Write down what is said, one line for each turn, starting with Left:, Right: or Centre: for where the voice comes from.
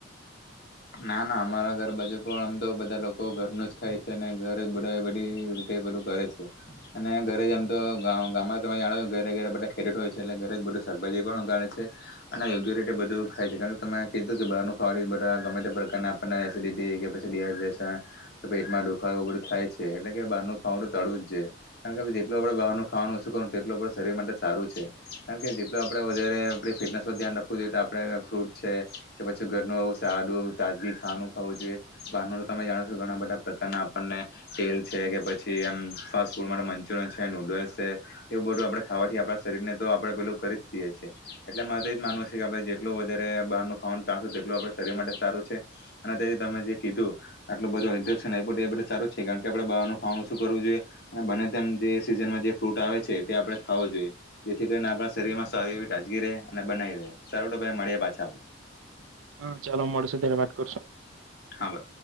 Left: ના ના અમારા ઘર બાજુ પણ આમ તો બધા લોકો ઘરનું જ ખાય છે ને ઘર જ બધા બધી બધું ઘે છે અને ઘરે જ એમ તો ગામમાં તમે જાણોો ઘરે ઘરે બધા ખેતો હોય છે, એટલે ઘરે જ બધું શાકભાજી પણ ગાળે છે, અને યોગ્ય રીતે બધું ખાય છે કારણ તમે કીધું કે બારું ખાવાનું બધા ગમે જે પ્રકારના આપણને એસિડિટી કે પછી ડિહાઈડ્રેશન કે પેટમાં દુખાવ, એવું બધું થાય છે એટલે કે બહારનું ખાવાનું તો તળું જ છે, કારણ કે જેટલું આપણે બહારનું ખાવાનું ઓછું કરું તેટલું આપણું શરીર માટે સારું છે, કારણ કે જેટલું આપણે વધારે આપણી ફિટનેસ પર ધ્યાન રાખવું જોઈએ તો આપણે ફ્રૂટ છે, કે પછી ઘરનું એવું સાડું. તાજગી ખાવાનું ખાવું જોઈએ બહારનું તો તમે જાણો છો, કે ઘણા બધા પ્રકારના આપણને તેલ છે, કે પછી એમ ફાસ્ટ ફૂડ માટે મંચુરિયન છે, નૂડલ્સ છે એવું બધું આપણે ખાવાથી આપણા શરીરને તો આપણે પેલું કરી જઈએ છીએ એટલે મારે તો એ જ માનવું છે, કે આપણે જેટલું વધારે બહારનું ખાવાનું ટ્રાશું તેટલું આપણા શરીર માટે સારું અને તેથી તમે જે કીધું આટલું બધું ન્ફેશન બધું સારું છે, કારણ કે આપણે બહારનું ખાવાું શું કરવું જોઈએ અને બને તેમ જે સીઝનમાં જે ફ્રૂટ આવે છે, તે આપણે ખો જોઈએ જેથી કરીને આપણા શરીરમા સારી એવી તાજગી રહે, અને બનાવી રહે સારું ભાઈ મળ્યા પાછા આપ
Right: હા, ચાલો મળસ ધન્યવાદ કરશો.
Left: હા, બ